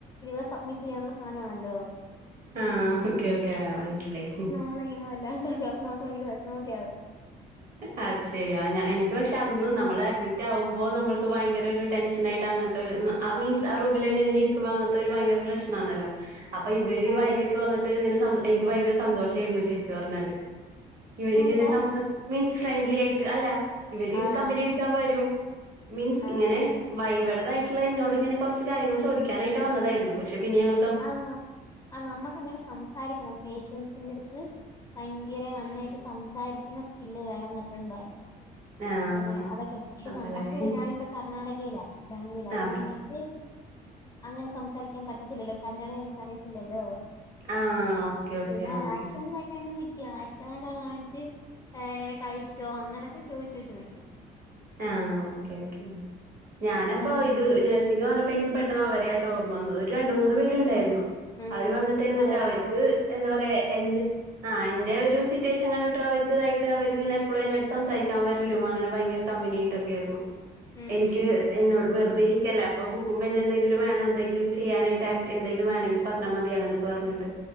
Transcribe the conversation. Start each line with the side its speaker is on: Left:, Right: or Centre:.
Left: ഇവിടെ സബ്മിറ്റ് ചെയ്യാനുള്ള സാനമാണല്ലോ
Right: ആഹ് ഓക്കെ ഓക്കെ ആഹ് മനസ്സിലായി
Left: മ്മളെ ഇങ്ങനെ വല്ലാണ്ടാക്കും നമുക്ക് ഭയങ്കര വിശമക്കെകും
Right: അത് ശരിയാ എനിക്ക് പക്ഷെ അന്ന് നമ്മള് അഡ്മിറ്റ് ആകുമ്പോ നമ്മൾക്ക് ഭയങ്കര ഒരു ടെൻഷനായിട്ട് അങ്ങനത്തെരു ആ മീൻസ് ആ റൂമിൽ തന്നെ
Left: ഉം
Right: എങ്ങനെ ഇരിക്കുമോ അങ്ങനത്തെ ഒരു ഭയര പ്രശ്നാണല്ലോ അപ്പൊ ഇവര്
Left: അതെ
Right: വൈവക്ക്
Left: അതെ
Right: വന്നിട്ട് എനിക്ക് ഭയങ്കര സന്തോഷമായിരുന്നു ശരിക്കും പറഞ്ഞാല് ഇവരിങ്ങനെ
Left: അതെന്താ
Right: മീൻസ് ഫ്രണ്ട്ലി ആയിട്ട് അല്ല ഇവര്
Left: ആഹ്
Right: കമ്പനി അടിക്കാൻ വരും മീൻസ്
Left: ആഹ്
Right: ഇങ്ങനെ വൈവേടതായി എന്നോട്ങ്ങനെ കുറച്ച് കാര്യങ്ങൾ ചോദിക്കാനായിട്ട് വന്നതായിരുന്നു പക്ഷെ പിന്നെ ഞങ്ങ
Left: ആന്ന് ആഹ് നമ്മക്കങ്ങനെ സംസാരിക്കണം പേഷ്യൻസിന്റെ അടു ഭയങ്കര നന്നായിട്ട് സംസാരിക്കുന്ന സ്കില്ല് വേണംന്ന് എപ്പഴും പറയും
Right: ആഹ്
Left: അങ്ങനെ അതൊക്കെയുണ്ട് പക്ഷെ
Right: അതല്ലേ.
Left: നമ്മുക്കിവിടെ ഞാനിവിടെ കർണാടകയിലാ ബാംഗ്ലൂരു അപ്പൊ
Right: ആഹ് ഓക്കെ
Left: ഞങ്ങക്ക് അങ്ങനെ സംസാരിക്കാൻ പറ്റത്തില്ലല്ലോ കന്നട എനിക്ക് അറിയത്തില്ലല്ലോ
Right: ആഹ് ഓക്കെ ഓക്കെ
Left: പിന്നെ
Right: ആഹ്
Left: ആക്ഷൻ ങനിക്ക ആക്ഷനൊക്കെ കാണിച്ച് ഇങ്ങനെ കഴിച്ചോ അങ്ങനെയൊക്കെ ചോദിച്ചു ചോദിച്ച് നിക്കാം
Right: ആഹ് ഓക്കെ ഓക്കെ ഞാനപ്പോ
Left: ഉം
Right: ഇത് നഴ്സ് പറഞ്ഞപ്പോ ഇക്ക് പെട്ടന്ന് അവരെയാട്ടോ ഓർമ്മന്നത് ഒരു രണ്ട് മൂന്ന് പേരുണ്ടായിരുന്നു
Left: ഉം
Right: അവർ വന്നിട്ട് ഇന്നിട്ട്
Left: അതെ അതെ
Right: അവര്ക്ക് എന്താ പറയാ എന്നെ ആഹ് എന്റെ ഒരു സിറ്റുവേഷൻ കണ്ടിട്ട് അവര്ക്ക്‌ ഇതായിട്ട് അവരിങ്ങനെപ്പളും സംസാരിക്കാൻ വരലും അങ്ങനെ ഭയങ്കര കമ്പനിയായിട്ടക്കെയർന്നു
Left: ഉം
Right: എനിക്ക് എന്നോട് വെറുതെ ഇരി- ല്ല അപ്പൊ ബുക്കുംപെന്നും എന്തങ്കിലും വേണോ എന്തെങ്കിലുംചെയ്യാനായി് എന്തെിലും വേണങ്കിൽ പറഞ്ഞാ മതി അങ്ങനൊക്കെ പറഞ്ഞിട്ട്